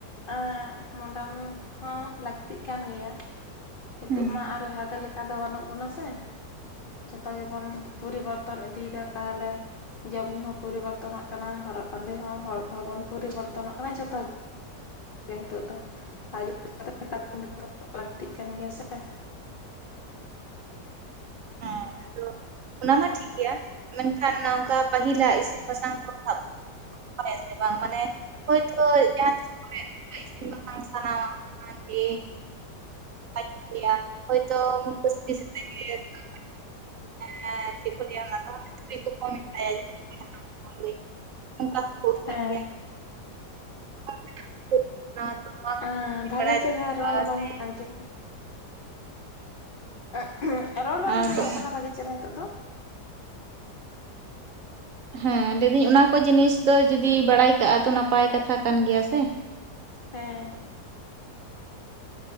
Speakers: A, on the left; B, on the right.
A: ᱮᱸᱻ ᱢᱚᱰᱟᱨᱱ ᱦᱚᱸ ᱞᱟᱹᱠᱛᱤᱜ ᱠᱟᱱ ᱜᱮᱭᱟ ᱾ ᱦᱤᱛᱚᱜ
B: ᱦᱩᱸ
A: ᱢᱟ ᱟᱨ ᱞᱟᱦᱟᱛᱮ ᱞᱮᱠᱟ ᱫᱚ ᱵᱟᱹᱱᱩᱜ ᱵᱚᱱᱟ ᱥᱮ ᱾ ᱡᱷᱚᱛᱚ ᱜᱮᱵᱚᱱ ᱯᱚᱨᱤᱵᱚᱨᱛᱚᱱ ᱤᱫᱤᱭᱮᱫᱟ ᱛᱟᱦᱟᱞᱮ ᱾ ᱡᱚᱢ ᱧᱩ ᱦᱚᱸ ᱯᱚᱨᱤᱵᱚᱨᱛᱚᱱᱚᱜ ᱠᱟᱱᱟ, ᱦᱚᱨᱚᱜ ᱵᱟᱸᱫᱮ ᱦᱚᱸ, ᱦᱚᱲ ᱠᱚᱦᱚᱸ ᱵᱚᱱ ᱯᱚᱨᱤᱵᱚᱨᱛᱚᱱᱚᱜ ᱠᱟᱱᱟ ᱡᱷᱚᱛᱚ ᱜᱮ ᱱᱤᱛᱚᱜ ᱫᱚ <unintelligible> ᱞᱟᱹᱠᱛᱤᱜ ᱠᱟᱱ ᱜᱮᱭᱟ ᱥᱮ!
B: ᱦᱮᱸ ᱟᱫᱚ ᱚᱱᱟ ᱢᱟ ᱴᱷᱤᱠ ᱜᱮᱭᱟ, ᱢᱮᱱᱠᱷᱟᱱ ᱱᱚᱝᱠᱟ ᱯᱟᱹᱦᱤᱞᱟᱜ ᱤᱥᱤᱱ ᱵᱟᱥᱟᱝ ᱠᱚ ᱥᱟᱵ <unintelligible> ᱥᱮ ᱵᱟᱝ ᱢᱟᱱᱮ ᱦᱳᱭᱛᱳ ᱡᱟᱦᱟᱸ ᱛᱤᱥ ᱠᱚᱨᱮ ᱱᱚᱝᱠᱟ ᱤᱥᱤᱱ ᱵᱟᱥᱟᱝ ᱥᱟᱱᱟᱣᱟ ᱚᱱᱟ ᱜᱮ <inaudible> ᱦᱚᱭᱛᱚ ᱢᱩᱱᱜᱟᱹ ᱥᱩᱴᱤ <inaudible> ᱦᱮᱸᱻ ᱪᱮᱫ ᱠᱚ ᱞᱟᱹᱭᱟ ᱚᱱᱟ ᱫᱚ, ᱥᱩᱠᱨᱤ ᱠᱚᱠᱚ ᱢᱮᱛᱟᱭᱟ <inaudible> ᱢᱩᱱᱜᱟᱹᱭ ᱩᱱᱠᱟ‌ ᱦᱚᱸᱠᱚ ᱩᱛᱩᱭ
A: ᱦᱮᱸ
B: ᱜᱮᱭᱟ ᱾ <inaudible>
A: ᱦᱮᱸ ᱵᱷᱟᱜᱮ
B: ᱵᱟᱲᱟᱭ
A: ᱪᱮᱨᱦᱟ
B: ᱛᱟᱠᱚᱣᱟ
A: ᱨᱚᱲ ᱵᱟᱝ
B: ᱥᱮ
A: ᱟᱸᱡᱚᱢᱚᱜ <inaudible> ᱨᱚᱲ ᱵᱟᱝ
B: ᱟᱫᱚ
A: ᱟᱸᱡᱚᱢᱚᱜ ᱠᱟᱱᱟ ᱵᱷᱟᱜᱮ ᱪᱮᱨᱦᱟ ᱦᱮᱛᱚᱜ ᱫᱚ ᱾
B: ᱦᱮᱸ ᱞᱟᱹᱭ ᱫᱟᱹᱧ ᱚᱱᱟ ᱠᱚ ᱡᱤᱱᱤᱥ ᱫᱚ ᱡᱩᱫᱤ ᱵᱟᱲᱟᱭ ᱠᱟᱜᱼᱟ ᱛᱚ ᱱᱟᱯᱟᱭ ᱠᱟᱛᱷᱟ ᱠᱟᱱ ᱜᱮᱭᱟ ᱥᱮ ᱾
A: ᱦᱮᱸ᱾